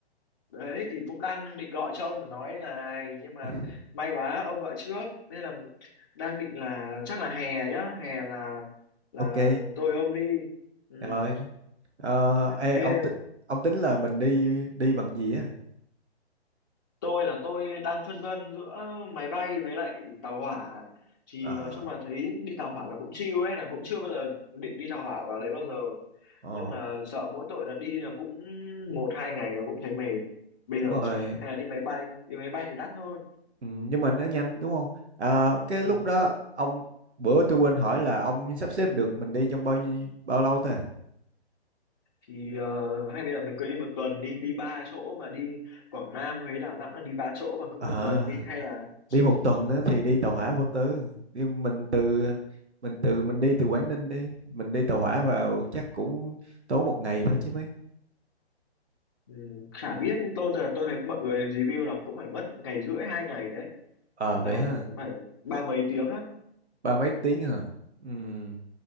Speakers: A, on the left; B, on the right.
A: đấy thì cũng đang định gọi cho ông để nói này, nhưng mà
B: <laughs>
A: may quá ông gọi trước. Nên là đang định là chắc là hè nhá, hè là là
B: ok
A: tôi với ông đi. Ừ.
B: rồi Ờ, ê,
A: Thế
B: ông tính ông tính là mình đi đi bằng gì á
A: tôi là tôi đang phân vân giữa máy bay với lại tàu hỏa thì
B: à,
A: nói chung là thấy đi tàu hỏa là cũng chill đấy là cũng chưa bao giờ định đi tàu hỏa vào đấy bao giờ
B: ồ,
A: nhưng mà sợ mỗi tội là đi là cũng một hai ngày là cũng thấy mệt bây
B: đúng
A: giờ
B: rồi
A: hay là đi máy bay đi máy bay thì đắt hơn
B: ừ, nhưng mà nó nhanh đúng không à, cái
A: ừ.
B: lúc đó ông bữa tôi quên hỏi là ông sắp xếp được mình đi trong bao nhiêu bao lâu ta
A: thì ờ, hay bây giờ mình cứ đi một tuần đi đi ba chỗ mà đi Quảng Nam Huế Đà Nẵng là đi ba chỗ mà cứ
B: à
A: một tuần đi hay là
B: đi
A: ừ.
B: một tuần á, thì đi tàu hỏa vô tư đi mình từ
A: Ừ.
B: mình từ mình đi từ Quảng Ninh đi mình đi tàu hỏa vào chắc cũng tốn một ngày thôi chứ mấy
A: Ừ. chả biết tôi tôi thấy mọi người review là cũng phải mất ngày rưỡi hai ngày đấy
B: ờ
A: là
B: vậy ha
A: phải ba mấy tiếng á
B: ba mấy tiếng hả Ừm,